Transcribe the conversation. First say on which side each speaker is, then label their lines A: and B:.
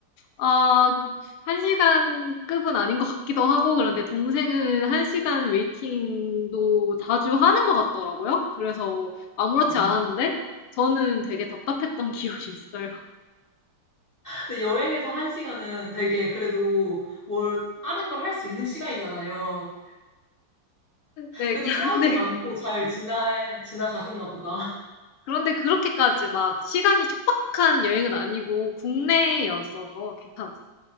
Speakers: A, on the left; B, on the left.
A: 아, 그- 한 시간 급은 아닌 것 같기도 하고, 그런데 동생은 한 시간 웨이팅도 자주 하는 것 같더라고요. 그래서 뭐, 아무렇지 않았는데,
B: 아.
A: 저는 되게 답답했던 <laughs> 기억이 있어요.
B: 근데 여행에서 한 시간은 되게 그래도 뭘 다른 걸 할 수 있는 시간이잖아요.
A: 네,
B: 그래도
A: 그런데,
B: 싸우지 않고 잘 지나, 지나가셨나 보다.
A: 그런데 그렇게까지 막 시간이 촉박한 여행은 아니고, 국내였어서 괜찮았어요.